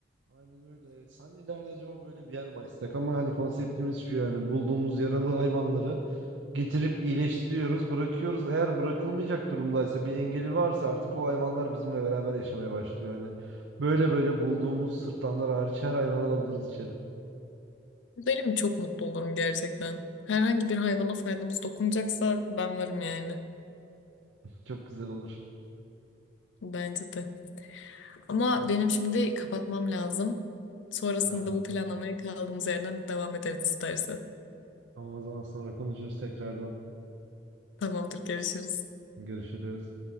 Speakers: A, on the right; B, on the left.
A: Aynen öyle. Sen de ileride acaba böyle bir yer mi açsak? Ama hani konseptimiz şu yani bulduğumuz yaralı hayvanları getirip iyileştiriyoruz, bırakıyoruz. Eğer bırakılmayacak durumdaysa bir engeli varsa artık o hayvanlar bizimle beraber yaşamaya başlıyor. Hani böyle böyle bulduğumuz sırtlanlar hariç her hayvanı alabiliriz içeri.
B: Gidelim mi çok mutlu olurum gerçekten. Herhangi bir hayvana faydamız dokunacaksa ben varım yani.
A: Çok güzel olur.
B: Bence de. Ama benim şimdi kapatmam lazım. Sonrasında
A: Ha,
B: bu planlamaya kaldığımız yerden devam ederiz istersen.
A: tamam o zaman sonra konuşuruz tekrardan.
B: Tamamdır, görüşürüz.
A: Görüşürüz.